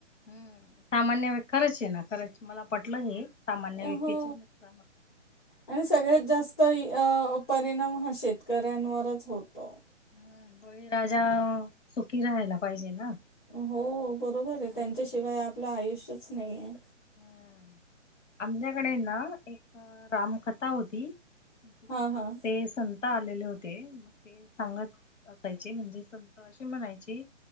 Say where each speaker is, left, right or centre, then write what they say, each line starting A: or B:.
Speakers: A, on the left (about 80°); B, on the left (about 40°).
A: हम्म, सामान्य खरंचे ना खरंचे, मला पटलं हे, सामान्य
B: हो
A: व्यक्तीचे नुकसान होते.
B: आणि सगळ्यात जास्त, अ परिणाम हा शेतकऱ्यांवरच होतो.
A: हम्म बळीराजा सुखी राहायला पाहिजे ना.
B: हो बरोबरे
A: हम्म.
B: त्यांच्याशिवाय आपलं आयुष्यच नाहीये.
A: हम्म, आमच्याकडे ना एक रामकथा होती, तिथ
B: हां हां
A: ते संत आलेले होते, मग ते सांगत असायचे, म्हणजे संत अशी म्हणायची,